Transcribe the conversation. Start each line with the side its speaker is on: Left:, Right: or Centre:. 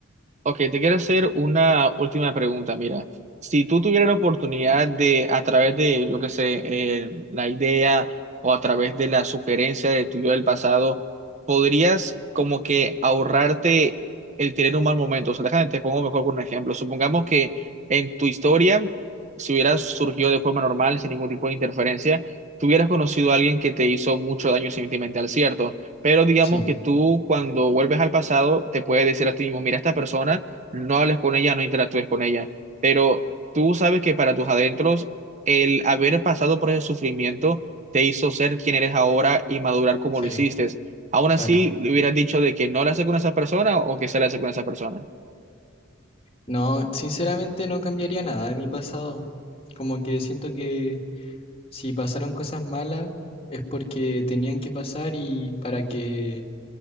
Right: Ok, te quiero hacer una última pregunta. Mira, si tú tuvieras la oportunidad de, a través de, lo que sé, eh, la idea o a través de la sugerencia de tuyo del pasado, podrías como que ahorrarte el tener un mal momento. O sea, déjame, te pongo mejor con un ejemplo. Supongamos que en tu historia, si hubieras surgido de forma normal, sin ningún tipo de interferencia, tuvieras conocido a alguien que te hizo mucho daño sentimental, ¿cierto? Pero digamos
Left: Sí,
Right: que tú cuando vuelves al pasado te puedes decir a ti mismo, mira, esta persona, no hables con ella, no interactúes con ella. Pero tú sabes que para tus adentros, el haber pasado por ese sufrimiento te hizo ser quien eres ahora y madurar como
Left: sí,
Right: lo hiciste. Aún así,
Left: claro.
Right: le hubieras dicho de que no la hace con esa persona o que se la hace con esa persona.
Left: No, sinceramente no cambiaría nada de mi pasado. Como que siento que si pasaron cosas malas es porque tenían que pasar y para que